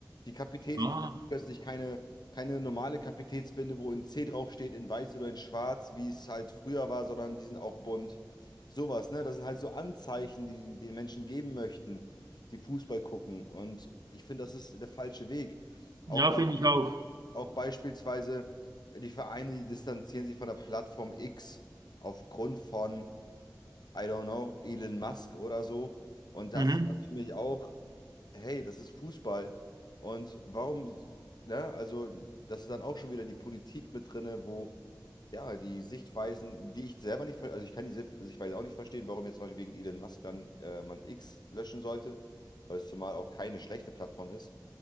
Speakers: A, on the left; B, on the right.
A: Die Kapitäne,
B: Ah,
A: die tragen plötzlich keine, keine normale Kapitätsbinde, wo ein C draufsteht, in weiß oder in schwarz, wie es halt früher war, sondern die sind auch bunt. Sowas, ne? Das sind halt so Anzeichen, die die den Menschen geben möchten, die Fußball gucken. Und ich finde, das ist der falsche Weg. Auch,
B: ja,
A: bei,
B: finde ich auch.
A: auch beispielsweise die Vereine, die distanzieren sich von der Plattform X aufgrund von. I don't know, Elon Musk oder so. Und das
B: Mhm.
A: ist dann für mich auch, hey, das ist Fußball. Und warum, ne, also das ist dann auch schon wieder die Politik mit drinne, wo ja die Sichtweisen, die ich selber nicht, ver- also ich kann die Sicht- Sichtweise auch nicht verstehen, warum jetzt zum Beispiel wegen Elon Musk dann äh, man X löschen sollte, weil es zumal auch keine schlechte Plattform ist,